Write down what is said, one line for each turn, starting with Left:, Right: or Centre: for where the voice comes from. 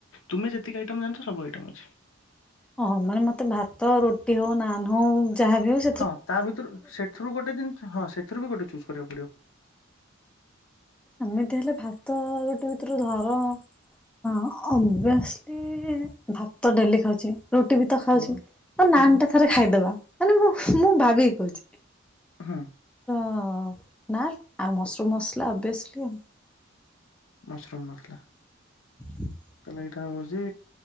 Left: ତୁମେ ଯେତିକି ଆଇଟମ୍ ଜାଣିଛ ସବୁଇଟମ୍ ଅଛି।
Centre: ଓହୋ ମାନେ ମତେ ଭାତ, ରୁଟି ହଉ, ନାନ ହଉ ଯାହାବ ହଉଛି
Left: ହଁ ତା ଭିତରୁ ସେଥିରୁ ଗୋଟେ ଜିନିଷ ହଁ ସେଥିରୁ ବି ଗୋଟେ ଚୁଜ୍ କରିବାକୁ ପଡିବ।
Centre: ଏମିତି ହେଲେ ଭାତ ଗୋଟେ ଭିତରୁ ଧର। ହଁ ଅଭିଅସଲି ଭାତ ଡେଲି ଖାଉଛି। ରୁଟି ବି ତ ଖାଉଛି
Left: ହଁ
Centre: ଆ ନାନୁ
Left: ହଁ।
Centre: ଟା ଥରେ ଖାଇଦବା, ମାନେ ମୁଁ ମୁଁ ଭାବିିକି କହୁଛି।
Left: ହୁଁ।
Centre: ତ ନା ଆଉ ମସରୁମ ମସଲା ସବେଶଲି
Left: ମସୁରୁମ ମସଲା।
Centre: <inaudible>
Left: ତାହେଲେ ଏଇଟା ହଉଛି